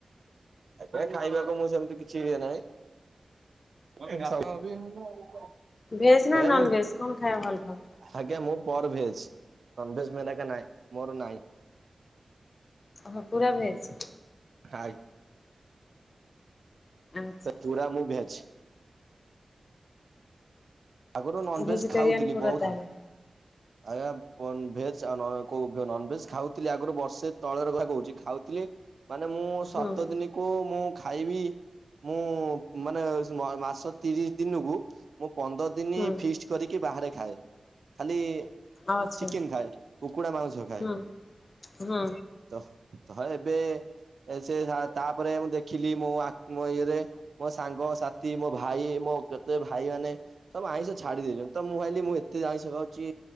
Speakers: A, on the right; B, on the left.
A: ଏବେ ଖାଇବାକୁ ମୁଁ ସେମିତି କିଛି ଇଏ ନାହିଁ। <unintelligible>
B: ଭେଜ୍ ନା ନନଭେଜ
A: ମୁଁ
B: କଣ ଖାଇବାକୁ ଭଲ ପାଅ?
A: ଆଜ୍ଞା ମୁଁ ପର ଭେଜ ନନଭେଜ ମେନକେ ନାଇଁ ମୋର ନାଇଁ।
B: ଏହ ପୁରା ଭେଜ।
A: ଖାଇ
B: ଆଛା।
A: ପୁରା ମୁଁ ଭେଜ। ଆଗରୁ ନନଭେଜ
B: ଭେଜିଟେରୟନ
A: ଖାଉଥିଲି
B: ପୁର
A: ବହୁତ
B: ତାହେଲେ।
A: ଆଜ୍ଞା ବନ ଭେଜ ଆ ନ କୋଉ ନନ ଭେଜ ଖାଉଥିଲି ଆଗରୁ ବର୍ଷେ ତଳର କଥା କହୁଚି ଖାଉଥିଲି। ମାନେ ମୁଁ
B: ହୁଁ
A: ସାତ ଦିନକୁ ମୁଁ ଖାଇବି ମୁଁ ମାନେ ମାସ ତିରିସି ଦିନକୁ ମୁଁ ପନ୍ଦର ଦିନି
B: ହୁଁ
A: ଫିଷ୍ଟ କରିକି ବାହାରେ ଖାଏ ଖାଲି
B: ଆଚ୍ଛା
A: ଚିକେନ ଖାଏ କୁକୁଡ଼ା ମାଉଁସ ଖାଏ।
B: ହୁଁ ହୁଁ
A: ତ ତ ଏବେ ସେ ହ ତାପରେ ମୁଁ ଦେଖିଲି ମୋ ଆ ମୋ ଇଏରେ ମୋ ସାଙ୍ଗ ସାଥି ମୋ ଭାଇ ମୋ କେତେ ଭାଇ ମାନେ ସବୁ ଆଇଁଷ ଛାଡି ଦେଇଚନ୍ତି ତ ମୁଁ ଭାବିଲି ମୁଁ ଏତେ ଆଇଁଷ ଖାଉଚି